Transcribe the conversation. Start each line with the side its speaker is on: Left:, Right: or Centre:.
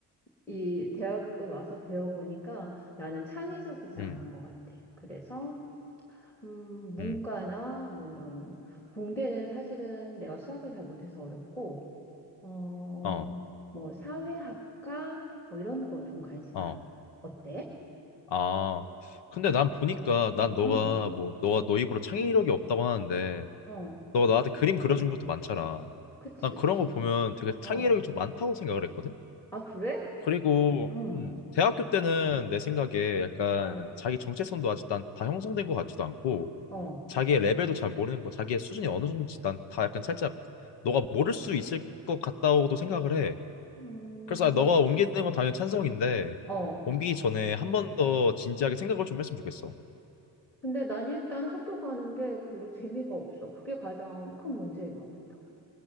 Centre: 이 대학을 와서 배워보니까 나는 창의적이지
Left: 음,
Centre: 않은 것 같아. 그래서, 음, 문과나
Left: 음,
Centre: 뭐 이런 공대는 사실은 내가 수학을 잘 못해서 어렵고 어,
Left: 어,
Centre: 뭐 사회학과 뭐 이런 거 좀 관심
Left: 어.
Centre: 가. 어때?
Left: 아, 근데 난 보니까 난 너가
Centre: 응.
Left: 뭐 너가 너 입으로 창의력이 없다고 하는데
Centre: 어,
Left: 너가 나한테 그림 그려준 것도 많잖아.
Centre: 그치,
Left: 난
Centre: 그치.
Left: 그런 거 보면 되게 창의력이
Centre: 어,
Left: 좀 많다고 생각을 했거든.
Centre: 아, 그래?
Left: 그리고
Centre: 음,
Left: 음, 대학교 때는 내 생각에 약간
Centre: 어,
Left: 자기 정체성도 아직 난다 형성된 것 같지도 않고
Centre: 어,
Left: 자기의 레벨도 잘 모르는 거, 자기의 수준이 어느 정도인지 난 다 약간 살짝 너가 모를 수 있을 것 같다고도 생각을 해.
Centre: 음,
Left: 그래서 아, 너가 옮기는 건 당연히 찬성인데
Centre: 어.
Left: 옮기기 전에 한 번 더 진지하게 생각을 좀 했으면 좋겠어.
Centre: 근데 난 일단 학교 가는 게 별로 재미가 없어. 그게 가장 큰 문제인 것 같아.